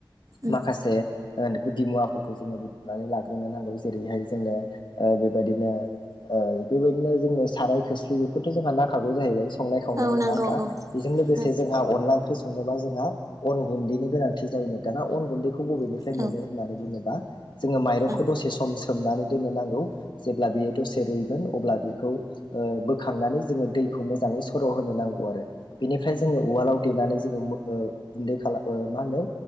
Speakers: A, on the right; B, on the left.
A: उम
B: माखासे ओ। गुदि मुवाफोरखौ जोङो बुथुमनानै लाग्रोनो नांगौ जेरैहाय जोंनो ओ बेबायदिनो ओ बेबायदिनो जोंनो साराय खोस्लि बेफोरथ' जोंहा नांखागौ जाहैबाय संनाय खावनायाव
A: औ
B: नङा
A: नांगौ
B: होमबा।
A: औ
B: बेजों लोगोसे
A: उम
B: जोंहा अनला ओंख्रि संनोबा जोंहा अन गुनदैनि गोनांथि जायो दाना अन गुैनदैखौ बबेनिफ्राय
A: औ
B: मोनो होननानै बुङोबा जोङो माइरंखौ
A: उम औ उम
B: दसे सम सोमनानै दोननो नांगौ जेब्ला बेयो दसे रुइगोन अब्ला बेखौ ओ बोखांनानै जोङो दैखौ मोजाङै सर' होनो नांगौ आरो। बेनिफ्राय जोङो उवालाव देनानै जोङो ओ गुनदै खालामो मा होनो?